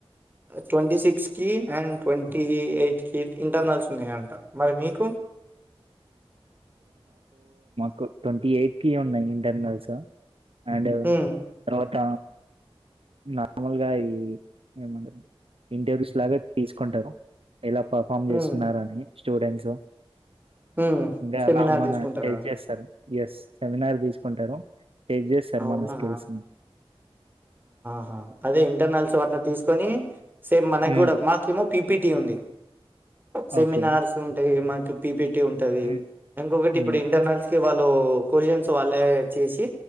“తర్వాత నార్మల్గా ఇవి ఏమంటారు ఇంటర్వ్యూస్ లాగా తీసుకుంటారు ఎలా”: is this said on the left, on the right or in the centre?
Right